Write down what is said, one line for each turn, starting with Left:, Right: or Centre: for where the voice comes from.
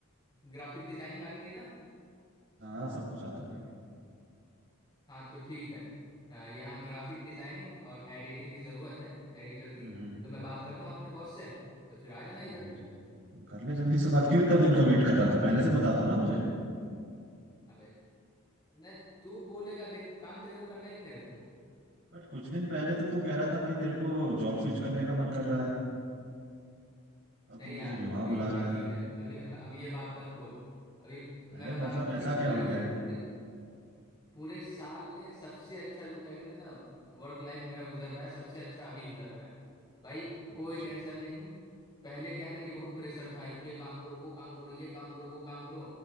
Left: ग्राफिक डिजाइनिंग आती है ना
Right: हाँ सब कुछ आता है भाई
Left: हाँ तो ठीक है अ, यहाँ ग्राफिक डिजाइनिंग और एडिटिंग की जरूरत है एडिटर
Right: हम्म
Left: की
Right: हम्म,
Left: तो मैं बात करता हूँ अपने बॉस से तो फिर आ जाना इधर
Right: ठीक है ठीक है। कर ले जल्दी से बात क्यों इतना दिन का वेट कर रहा था पहले से बताता ना मुझे
Left: अबे मैं तू बोलेगा देख काम तेरे को करना है कि मेरे को
Right: बट कुछ दिन पहले तो तू कह रहा था भाई तेरे को जॉब स्विच करने का मन कर रहा है और
Left: नहीं
Right: तू मुझे
Left: यार
Right: अभी वहां
Left: अभी
Right: बुला
Left: अभी
Right: रहा है
Left: ठीक है अभी अब ये बात मत बोल अभी
Right: अरे
Left: मैं बता
Right: मतलब
Left: रहा हूँ ना कि
Right: ऐसा
Left: अभी
Right: क्या हो गया
Left: पूरे पूरे साल में सबसे अच्छा जो क्या कहते हैं ना वर्क लाइफ मेरा गुजर रहा है सबसे अच्छा अभी गुजर रहा है भाई
Right: अच्छा
Left: कोई टेंशन नहीं पहले क्या है ना कि बहुत प्रेशर था ये काम करो वो काम करो ये काम करो वो काम करो